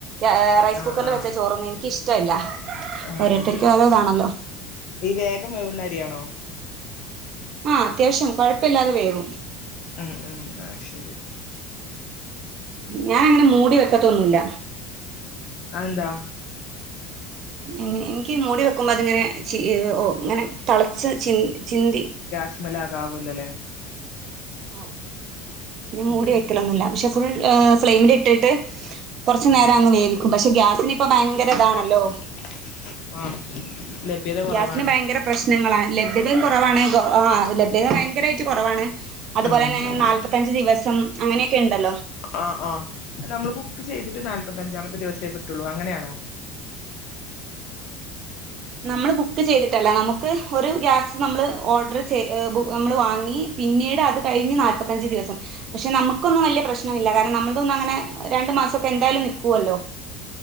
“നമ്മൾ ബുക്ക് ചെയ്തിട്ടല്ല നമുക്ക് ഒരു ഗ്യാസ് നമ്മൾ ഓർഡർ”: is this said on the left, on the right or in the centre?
Right